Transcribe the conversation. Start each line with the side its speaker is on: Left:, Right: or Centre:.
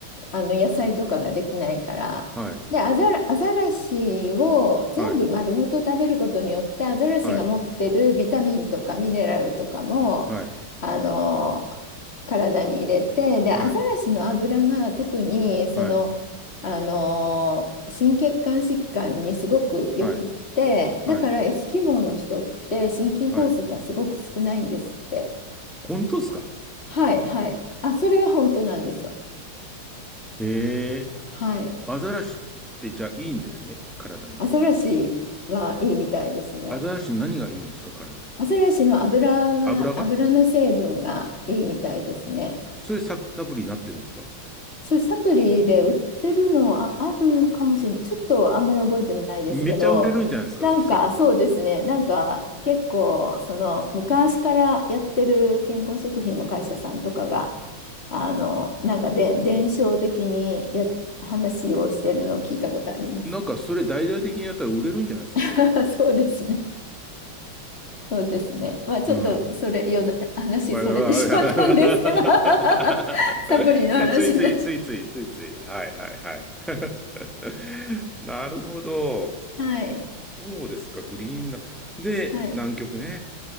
Left: あの野菜とかができないから。
Centre: はい。
Left: で、アザラ、アザラシを全部丸ごと食べることによって、
Centre: はい。
Left: アザラシが持ってるビタミンとかミネラルとかも、
Centre: はい。はい。
Left: あの、体に入れて、で、
Centre: はい。
Left: アザラシの油が特に、その、
Centre: はい。
Left: あの、心血管疾患にすごくよくって、
Centre: はい。はい。
Left: だからエスキモーの人って心筋梗塞がすごく少ないんですって。
Centre: はい。本当ですか
Left: はい、はい。あ、それは本当なんですよ。
Centre: へえ。
Left: はい。
Centre: アザラシってじゃあいいんですね体に。
Left: アザラシはいいみたいですね。
Centre: アザラシの何がいいんですか体に。
Left: アザラシの油が、
Centre: 油が
Left: 油の成分がいいみたいですね。
Centre: それサ、サプリになってるんですか
Left: それサプリで売ってるのあ、あるかもしれない。ちょっとあんまり覚えてないですけど、
Centre: めっちゃ売れるんじゃないですかそしたら。
Left: なんかそうですね。なんか結構その昔からやってる健康食品の会社さんとかが、あの、なんかで伝承的にや、話をしてるのを聞いたことあります。
Centre: なんかそれ大々的にやったら売れるんじゃないですか、
Left: <laughs>
Centre: それ。
Left: そうですね。そうですね。まあちょっとそれ、
Centre: うん。
Left: よだ、話それてしまったんですけど
Centre: まあ、まあまあ
Left: <laughs>
Centre: <laughs>
Left: サプリの話になっちゃ
Centre: いや、ついつい、ついつい、ついつい。はいはいはい。<laughs> なるほど。
Left: う <laughs> はい。
Centre: そうですか、グリーンランで、
Left: はい。
Centre: 南極ね。